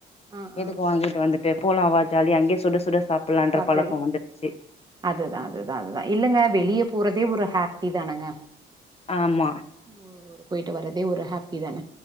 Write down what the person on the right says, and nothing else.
ஆ
ஆ
சாப்ட்றலா
அதுதா அதுதா அதுதா இல்லங்க வெளியே போறதே ஒரு ஹேப்பி தானங்க
ஒ ஒரு போயிட்டு வர்றதே ஒரு ஹேப்பி தான